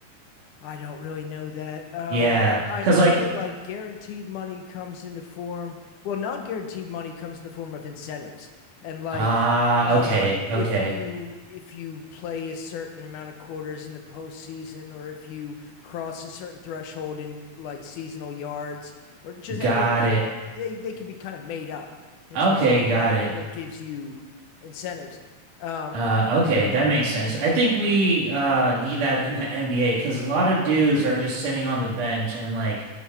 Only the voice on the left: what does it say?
I don't really know that. Um,
I
know
that like guaranteed money comes in the form, well, non guaranteed money comes in the form of incentives. And like,
uh,
if
you if you play a certain amount of quarters in the postseason, or if you cross a certain threshold in like seasonal yards, or just
any, I
mean, they they can be kind of made up in
terms of
what
what gives you incentives. Um,